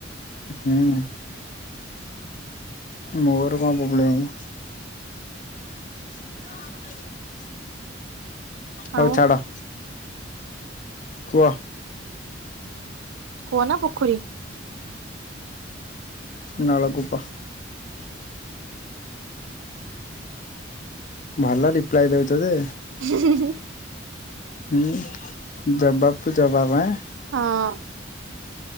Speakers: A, on the left (about 40°); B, on the right (about 85°).
A: ହୁଁ ଉଁ ମୋର କଣ ପ୍ରୋବ୍ଲେମ ହବ। <unintelligible> ହଉ
B: ଆଉ
A: ଛାଡ। କୁହ?
B: କୁଅ ନା ପୋଖରୀ?
A: ନଳକୂପ, ଭଲ ରିପ୍ଲାଏ ଦଉଛ ଯେ।
B: ହିଁ ହିଁ
A: ହୁଁ, ଜବାବକୁୁ ଜବାବ ଆଁ
B: ହଁ ଅଁ